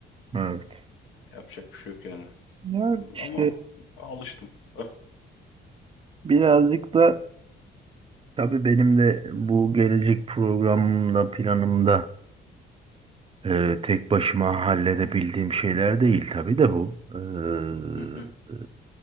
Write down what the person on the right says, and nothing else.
evet.
Ya işte
birazcık da tabii benim de bu gelecek programımda, planımda Ee, tek başıma halledebildiğim şeyler değil tabii de bu. Ee,